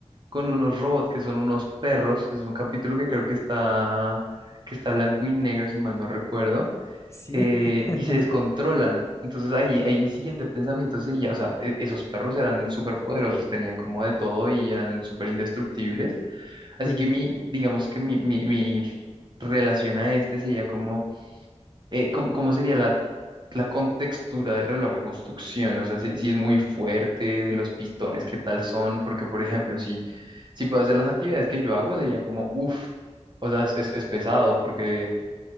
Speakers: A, on the right (about 40°); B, on the left (about 25°).
A: con unos robots que son unos perros. Es un capítulo que creo que está, que está blanco y negro, si mal no recuerdo,
B: Sí.
A: eh,
B: <laughs>
A: y se descontrolan. Entonces ahí, ahí mi siguiente pensamiento sería, o sea, e- esos perros eran súper poderosos, tenían como de todo y eran súper indestructibles. Así
B: Sí.
A: que mi, digamos que mi, mi, mi relación a este sería como, eh, cómo, cómo sería la, la contextura del reloj a construcción, o sea, si, si es muy fuerte, de los pistones, qué tal son, porque por ejemplo, si, si puedo hacer las actividades que yo hago, sería como, uff, o sea, es, es es pesado, porque,